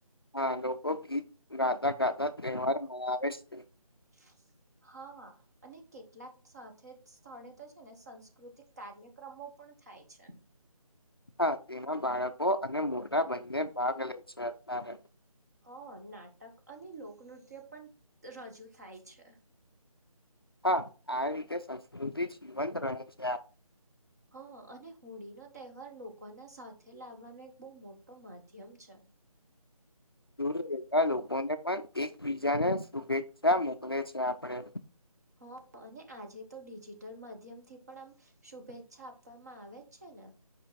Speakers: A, on the left; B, on the right.
A: હા લોકો ગીત ગાતા ગાતા તહેવાર મનાવે છે
B: <inaudible> હા અને કેટલાક સાથે જ સ્થળે તો છે ને સાસ્કૃતિક કાર્યક્રમો પણ થાય છે
A: હા તેમાં બાળકો અને મોઢા બંને ભાગ લે છે અત્યારે
B: હ નાટક અને લોકનૃત્ય પણ રજૂ થાય છે
A: હા આવી રીતે સંસ્કૃતિ જીવંત રહે છે
B: હા અને હોળી નો તહેવાર લોકો લોકોના સાથે લાવવાનો એક બહુ મોટો માધ્યમ છે
A: દૂર રેતા લોકોને પણ એકબીજાને શુભેચ્છા મોકલે છે આપડે
B: હ અને આજે તો ડિજિટલ માધ્યમ થી પણ આમ શુભેચ્છા આપવામાં આવે છે ના